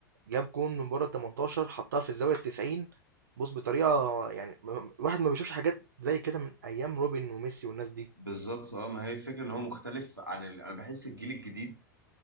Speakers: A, on the right (about 65°); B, on the right (about 85°).
A: جاب جون من بره ال 18 حطها في الزاويه ال 90 بص بطريقه يعني م- م- الواحد ما بيشوفش حاجات زي كده من ايام روبن وميسي والناس دي
B: بالظبط اه ما هي الفكره ان هو مختلف عن ال... انا بحس الجيل الجديد